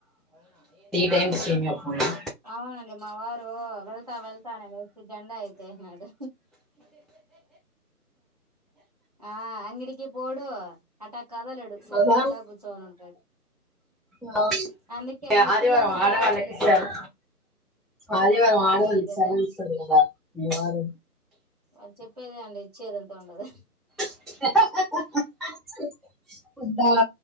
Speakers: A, in the centre; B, on the right.
A: ఏంటి సేమియా ఉప్మానా
B: అవునండి మా వారూ, వెళ్తా వెళ్తా నని జెండా ఎత్తేసినాడు. ఆ అంగడికి పోడూ అ అట. కదలడు, సోంబేరిలా
A: కదా
B: కూర్చోని ఉంటాడు.
A: ఆ
B: అందుకే
A: ఏ,
B: ఇంగ
A: ఆదివారం
B: పిలలకి
A: ఆడవాళ్ళకి
B: అకిలి
A: ఇస్తారు
B: <inaudible>
A: ఆదివారం
B: పిల్లలకి ఆకిలే
A: ఆడవాళ్ళకి
B: గదా
A: సెలవు ఇస్తారు కదా ఎవరు
B: వాళ్ళు చెప్పేది అండి ఇచ్చేదైతే ఉండదు.
A: <unintelligible> అంతల